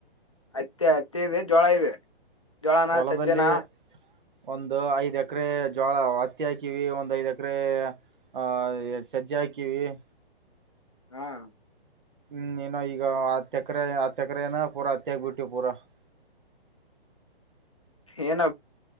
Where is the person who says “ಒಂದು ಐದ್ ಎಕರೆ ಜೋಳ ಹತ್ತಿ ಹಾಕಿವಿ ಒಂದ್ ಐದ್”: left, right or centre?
Right